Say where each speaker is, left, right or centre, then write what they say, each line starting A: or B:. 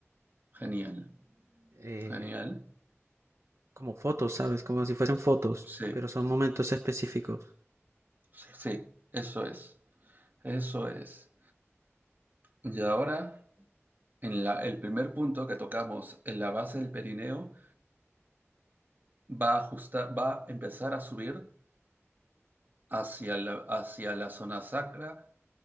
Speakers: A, on the right; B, on the right.
A: Genial,
B: eh,
A: genial.
B: como fotos, ¿sabes? Como si fuesen fotos,
A: Sí,
B: pero son momentos específicos.
A: sí, sí, eso es, eso es. Y ahora, en la, el primer punto que tocamos, en la base del perineo, va a ajustar, va a empezar a subir hacia la, hacia la zona sacra,